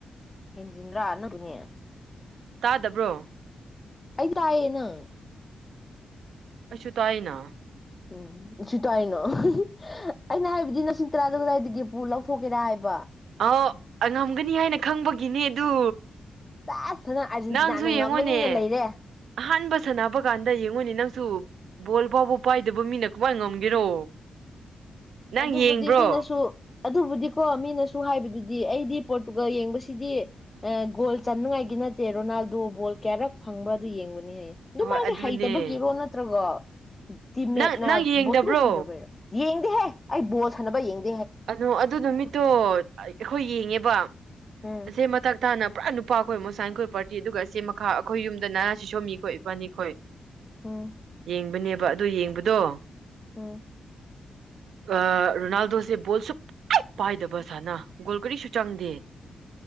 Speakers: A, on the left; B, on the right.
A: ꯍꯟꯖꯤꯟꯗ꯭ꯔꯥ ꯅꯪꯖꯨꯅꯤ
B: ꯌꯥꯗꯕ꯭ꯔꯣ
A: ꯑꯩ ꯇꯥꯌꯦ ꯅꯡ
B: ꯑꯩꯁꯨ ꯇꯥꯏꯅꯥ
A: ꯎꯝ ꯑꯩꯁꯨ ꯇꯥꯏꯅꯥ ꯑꯩꯅ ꯍꯥꯏꯕꯗꯤ ꯅꯁꯤꯡ ꯇꯔꯥꯗꯨ ꯀꯗꯥꯏꯗꯒꯤ ꯄꯨ ꯂꯧꯊꯣꯛꯀꯦꯔꯥ ꯍꯥꯏꯕ
B: ꯑꯣ ꯑꯉꯝꯒꯅꯤ ꯍꯥꯏꯅ ꯈꯡꯕꯒꯤꯅꯦ ꯑꯗꯨ
A: ꯆꯥꯁꯅ ꯑꯥꯔꯖꯦꯟꯇꯤꯅꯥꯅ
B: ꯅꯡꯁꯨ ꯌꯦꯡꯉꯣꯅꯦ
A: ꯉꯝꯃꯅꯤꯅ ꯂꯩꯔꯦ
B: ꯑꯍꯥꯟꯕ ꯁꯥꯟꯅꯕ ꯀꯥꯟꯗ ꯌꯦꯡꯉꯣꯅꯦ ꯅꯪꯁꯨ ꯕꯣꯜ ꯐꯥꯎꯕ ꯄꯥꯏꯗꯕ ꯃꯤꯅ ꯀꯃꯥꯏ ꯉꯝꯒꯦꯔꯣ ꯅꯪ
A: ꯑꯗꯨꯕꯨꯗꯤ
B: ꯌꯦꯡꯕ꯭ꯔꯣ
A: ꯃꯤꯅꯁꯨ ꯑꯗꯨꯕꯨꯗꯤꯀꯣ ꯃꯤꯅꯁꯨ ꯍꯥꯏꯕꯗꯨꯗꯤ ꯑꯩꯗꯤ ꯄꯣꯔꯇꯨꯒꯜ ꯌꯦꯡꯕꯁꯤꯗꯤ ꯒꯣꯜ ꯆꯅꯉꯥꯏꯒꯤ ꯅꯠꯇꯦ ꯔꯣꯅꯥꯜꯗꯣ ꯕꯣꯜ ꯀꯌꯥꯔꯛ ꯐꯡꯕ꯭ꯔꯥ ꯑꯗꯨ ꯌꯦꯡꯕ ꯍꯥꯏꯌꯦ ꯑꯗꯨ
B: ꯍꯣꯏ
A: ꯃꯥꯁꯦ
B: ꯑꯗꯨꯅꯦ
A: ꯍꯩꯇꯕꯒꯤꯔꯣ ꯅꯠꯇ꯭ꯔꯒꯥ ꯇꯤꯃꯦꯠꯅ
B: ꯅꯪ ꯅꯪ ꯌꯦꯡꯗꯕ꯭ꯔꯣ
A: ꯕꯣꯠꯁꯨ ꯀ ꯄꯤꯗꯕꯩꯔꯣ ꯌꯦꯡ ꯗꯦꯍꯦ ꯑꯩ ꯕꯜ ꯁꯥꯟꯅꯕ ꯌꯦꯡꯕ
B: ꯑꯣ ꯑꯗꯨ ꯅꯨꯃꯤꯠꯇꯣ ꯑꯩꯈꯣꯏ ꯌꯦꯡꯉꯦꯕ
A: ꯎꯝ
B: ꯑꯁꯦ ꯃꯇꯛ ꯇꯥꯅ ꯄꯨꯔꯥ ꯅꯨꯄꯥ ꯑꯩꯈꯣꯏ ꯃꯣꯁꯥꯅꯤꯈꯣꯏ ꯄꯥꯔꯇꯤ ꯑꯗꯨꯒ ꯆꯦ ꯃꯈꯥ ꯑꯩꯈꯣꯏ ꯌꯨꯝꯗ ꯅꯥ ꯁꯤꯁꯣꯝꯃꯤꯈꯣꯏ ꯏꯕꯥꯅꯤ ꯈꯈꯣꯏ
A: ꯎꯝ
B: ꯌꯦꯡꯕꯅꯦ ꯄꯥ ꯑꯗꯨ ꯌꯦꯡꯕꯗꯣ
A: ꯎꯝ
B: ꯑꯥ ꯔꯣꯅꯥꯜꯗꯣꯁ ꯕꯣꯜ ꯁꯨꯛ ꯀꯠ ꯄꯥꯏꯗꯕ ꯁꯥꯅ ꯒꯣꯜ ꯀꯔꯤꯁꯨ ꯆꯪꯗꯦ